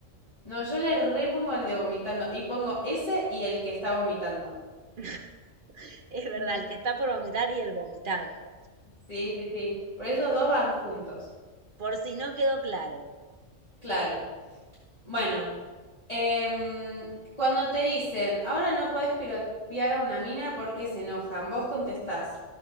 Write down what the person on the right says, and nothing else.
<laughs> Es verdad,
el que está por vomitar y el vomitando.
Por si no quedó claro.